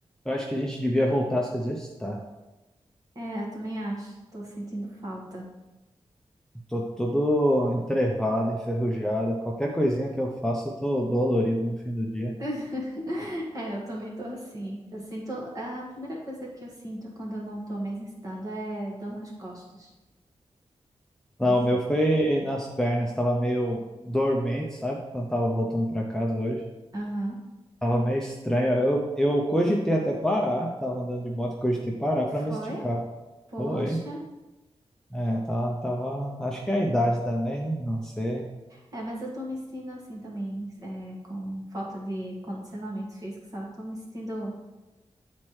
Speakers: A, in the centre; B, on the right.
A: Eu acho que a gente devia voltar a se exercitar.
B: É, eu também acho. Tô sentindo falta.
A: Tô todo entrevado, enferrujado. Qualquer coisinha que eu faço, eu tô dolorido no fim do dia.
B: <laughs> É, eu também tô assim. Eu sinto. A primeira coisa que eu sinto quando eu não tô me exercitando é dor nas costas.
A: Lá,
B: Assim.
A: o meu foi nas pernas, tava meio dormente, sabe? Quando tava voltando pra casa hoje.
B: Aham.
A: Tava meio estranho. Eu, eu cogitei até parar, tava andando de moto, cogitei parar pra
B: Foi?
A: me esticar.
B: Poxa.
A: Foi. É, tava, tava. Acho que é a idade também, né? Não sei.
B: É, mas eu tô me sentindo assim também, é, com falta de condicionamento físico, sabe? Eu tô me sentindo.